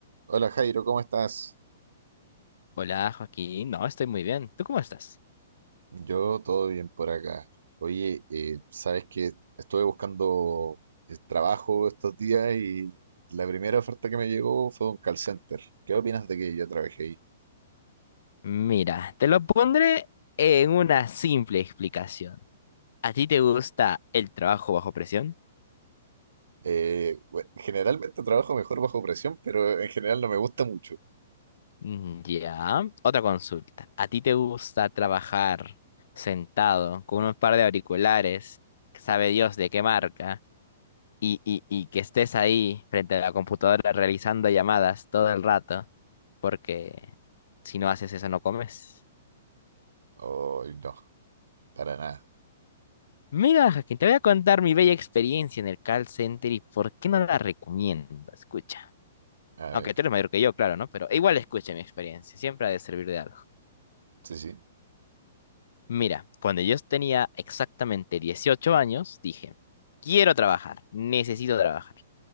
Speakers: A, on the right; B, on the left.
A: Hola Jairo, ¿cómo estás?
B: Hola, Joaquín. No, estoy muy bien. ¿Tú cómo estás?
A: Yo todo bien por acá. Oye, eh, sabes que estuve buscando eh, trabajo estos días y la primera oferta que me llegó fue de un call center. ¿Qué opinas de que yo trabajé ahí?
B: Mira, te lo pondré en una simple explicación. ¿A ti te gusta el trabajo bajo presión?
A: Eh, bueno, generalmente trabajo mejor bajo presión, pero en general no me gusta mucho.
B: Mm, Ya. Otra consulta. ¿A ti te gusta trabajar sentado con un par de auriculares, sabe Dios de qué marca, y, y, y que estés ahí frente a la computadora realizando llamadas todo el rato? Porque si no haces eso, no comes.
A: Ay, no, para nada.
B: Mira, Jaquín, te voy a contar mi bella experiencia en el call center y por qué no la recomiendo. Escucha.
A: A ver,
B: Aunque tú eres mayor que yo, claro, ¿no? Pero igual escucha mi experiencia. Siempre ha de servir de algo.
A: sí, sí.
B: Mira, cuando yo tenía exactamente 18 años, dije, quiero trabajar, necesito trabajar,